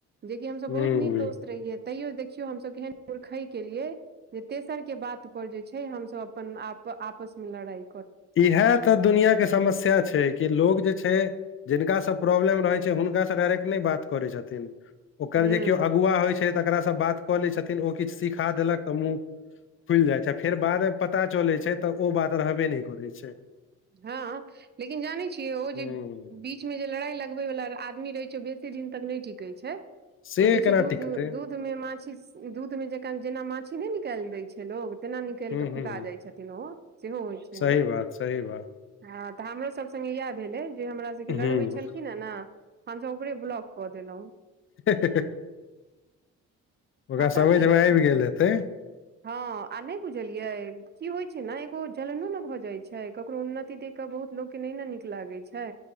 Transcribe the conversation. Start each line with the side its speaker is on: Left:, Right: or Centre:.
Right: जेकि हमसब बहुत
Left: हूँ
Right: नीक दोस्त रहियै। तैयो देखियौ हमसब केहन मूर्खय केलियै जे तेसर के बात पर जे। छै हमसब अपन आप- आपस में लड़ाई।
Left: इहे तऽ दुनियां के समस्या छै कि लोग जे छै। जिनका सऽ प्रॉब्लम रहै छै हुनका सऽ डायरेक्ट नै बात करै छथिन। ओकर
Right: हूँ
Left: जे किओ अगुआ होइ छै तकरा स बात कऽ लै छथिन ओ किछ सिखा देलक तऽ मुँह फुइल जाइ छै आ फेर बाद में पता चलै छै तऽ ओ बात रहबे नै करै छै।
Right: हँ लेकिन जानै छियै ओ जे
Left: हूँ
Right: बी बीच में जे लड़ाई लगबै वाला आदमी रहै छै ओ बेसी दिन तक नै टिके छै ओ
Left: से
Right: जे
Left: केना
Right: छै दूध
Left: टिकतै
Right: दू ध में माछी स दूध में जेका जेना माछी नै निकैल दै छै लोग। तेना निकाइल
Left: हूँ
Right: क
Left: हूँ
Right: फेका जाय छथिन ओ सेहो होइ छै
Left: सही
Right: ओय में।
Left: बात सही बात।
Right: हँ तऽ हमरोसभ संग इएह भेलै जे हमरा सबके
Left: हूँ
Right: लड़बै छलखिन हे न त हमसब ओकरे ब्लॉक कऽ देलौं।
Left: हे-हे-हे ओकरा
Right: अतऽ
Left: समैझ
Right: की
Left: में आइब गेल हेतै।
Right: हँ आ नै बुझलियै की होइ छै न एगो जलनो न भऽ जाय छै। छै ककरो उन्नति देख कऽ बहुत लोक के नै न नीक लागै छै।